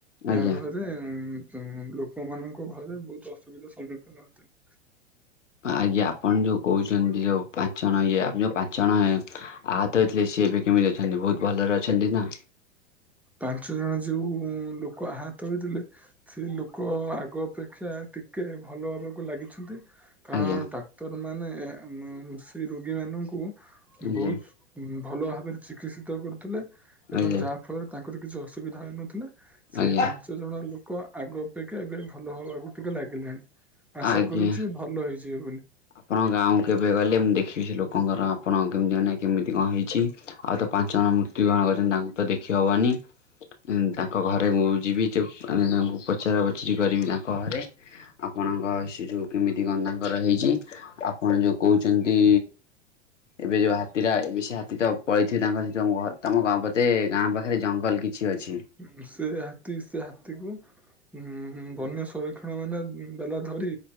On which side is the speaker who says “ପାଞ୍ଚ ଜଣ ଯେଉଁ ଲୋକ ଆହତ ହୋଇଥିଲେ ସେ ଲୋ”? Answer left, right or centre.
Centre